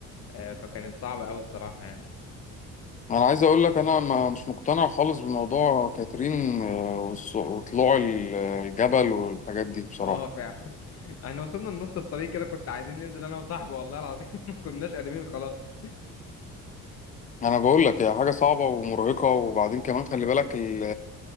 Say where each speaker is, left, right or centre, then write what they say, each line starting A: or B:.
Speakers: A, on the left; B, on the left.
A: آه، فكانت صعبة أوي الصراحة يعني
B: انا عايز اقول لك انا ما مش مقتنع خالص بموضوع كاترين آه، والص- وطلوع ال- الجبل والحاجات دي بصراحه
A: اه فعلا <laughs> احنا وصلنا لنص الطريق كده كنت عايزين ننزل انا وصاحبي والله العظيم <laughs> ما كناش قادرين خلاص
B: انا بقول لك هي حاجه صعبه ومرهقه وبعدين كمان خلي بالك ال